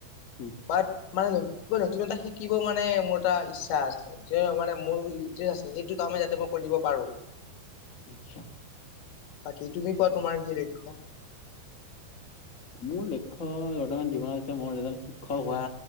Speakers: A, on the left; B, on the left.
A: উম
B: বাট, মানে নতুন এটা শিকিব মানে মোৰ এটা ইচ্ছা আছে যে মানে মোৰ আছে সেইটো কাম যাতে মই কৰিব পাৰোঁ।
A: আচ্ছা।
B: বাকী তুমি কোৱা তোমাৰ কি লক্ষ্য?
A: মোৰ লক্ষ্য বৰ্তমান জীৱন এতিয়া মোৰ এজন শিক্ষক হোৱা